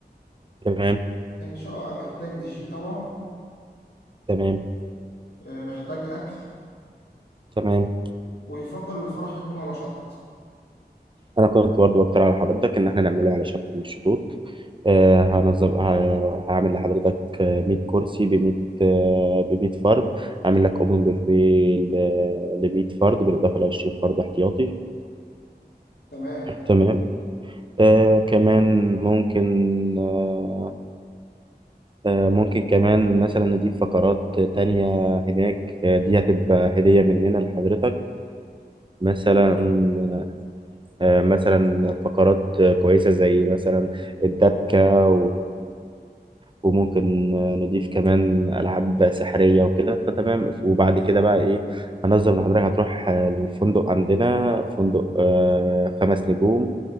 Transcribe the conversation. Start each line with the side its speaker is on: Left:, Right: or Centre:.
Right: تمام
Left: ان شاء الله محتاج دي جي طبعا
Right: تمام
Left: آه، محتاج اكل
Right: تمام
Left: ويفضل الفرح يكون على شط
Right: انا كنت برضه بقترح على حضرتك ان احنا نعمله على شط من الشطوط آه، هنظم ه- هعمل لحضرتك آه، 100 كرسي ب 100 ب 100 فرد هعمل لك اوبن بوفيه ل 100 فرد بالاضافه ل 20 فرد احتياطي
Left: تمام
Right: تمام آه كمان ممكن آه آه ممكن كمان مثلا نضيف فقرات تانية هناك آه، دي هتبقى هدية مننا لحضرتك مثلا
Left: تمام
Right: آه مثلا فقرات آه، كويسة زي مثلا الدبكة وممكن آه، نضيف كمان ألعاب سحرية وكده فتمام وبعد كده بقى إيه هنظم لحضرتك هتروح آه، الفندق عندنا فندق آه، خمس نجوم